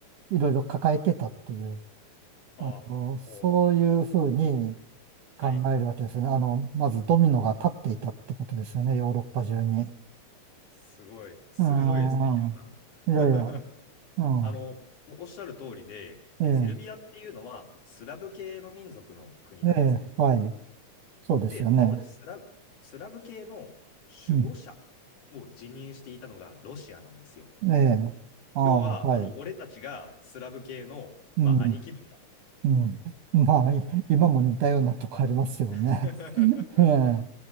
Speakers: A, on the right; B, on the left.
A: ういろいろ抱えてたっていう。
B: ああ、
A: あの、そういうふうに
B: もう、
A: 考えるわけですね。
B: はい。
A: あの、まずドミノが立っていたってことですよね、ヨーロッパ中に。
B: すごい、鋭いですね、
A: うん、
B: ヒロさん。
A: うんいやいや、
B: <laughs>
A: うん、
B: あの、もうおっしゃる通りで、
A: え
B: セルビアっていうのはスラブ系の民族の国なんですね。
A: え、ええ、はい、そうですよね。
B: で、当時スラブ、スラブ系の
A: うん、
B: 守護者を辞任していたのがロシアなんですよ。
A: ええ、ああ、
B: 要は、
A: はい、
B: あの俺たちがスラブ系の、
A: うん、
B: まあ、兄貴分だと。
A: うん。まあ、い今も似たようなとこありますよね。
B: <laughs>
A: <laughs> ええ、